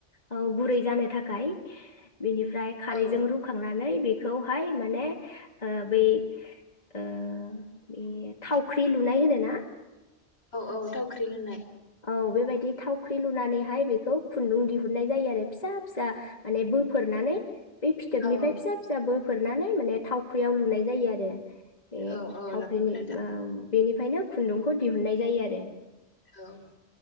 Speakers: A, on the left; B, on the left.
A: औ गुरै जानो थाखाय बिनिफ्राय खारैजों
B: औ
A: रुखांनानै बे खौहाय माने ओ बै ओ बे थावख्रि लुनाय होनोना?
B: औ औ थावख्रि लुनाय
A: औ बेबायदि थावख्रि लुनानैहाय बेखौ खुन्दुं दिहुननाय जायो आरो फिसा फिसा माने बोफोरनानै बे फिथोबनिफ्राय
B: औ
A: फिसा फिसाबो फोरनानै माने थावख्रियाव लुनाय जायो आरो बे
B: औ औ
A: थावख्रिनि
B: नंगौ नोंथां
A: <unintelligible> बेनिफ्रायनो खुन्दुंखौ दिहुनन्नाय जायो आरो
B: औ